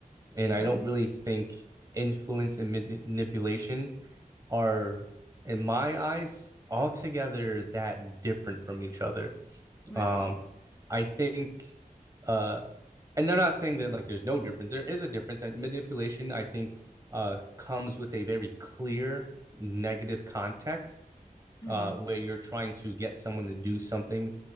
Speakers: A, on the right (about 25°); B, on the left (about 20°).
A: And
B: Okay.
A: I don't really think influence and mani- manipulation are, in my eyes, altogether that different from each other.
B: Really?
A: Um, I think, uh, and I'm not saying that like there's no difference. There is a difference. And manipulation, I think, uh, comes with a very clear negative context
B: Mm-hmm.
A: uh, where you're trying to get someone to do something